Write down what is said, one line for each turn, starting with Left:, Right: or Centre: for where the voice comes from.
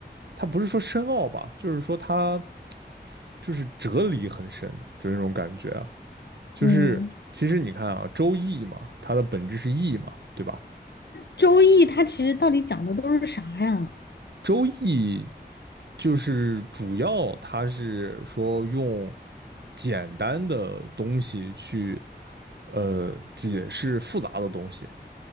Right: 它不是说深奥吧，就是说它就是哲理很深，就那种感觉啊，就是其实你看啊，
Left: 嗯，
Right: 周易嘛，它的本质是易嘛，对吧？
Left: 周易它其实到底讲的都是啥呀？
Right: 周易就是主要它是说用简单的东西去呃解释复杂的东西。